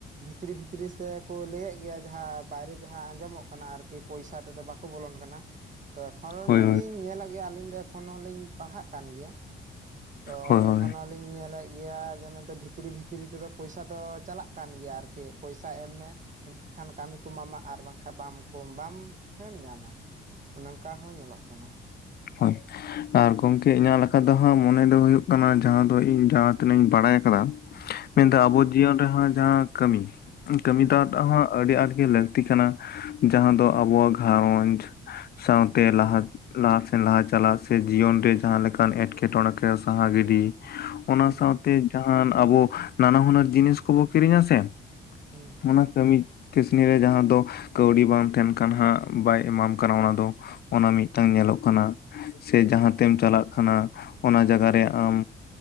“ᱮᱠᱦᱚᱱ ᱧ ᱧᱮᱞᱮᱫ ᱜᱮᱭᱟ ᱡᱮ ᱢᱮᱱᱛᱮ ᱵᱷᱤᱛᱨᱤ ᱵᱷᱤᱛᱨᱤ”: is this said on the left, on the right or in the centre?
Right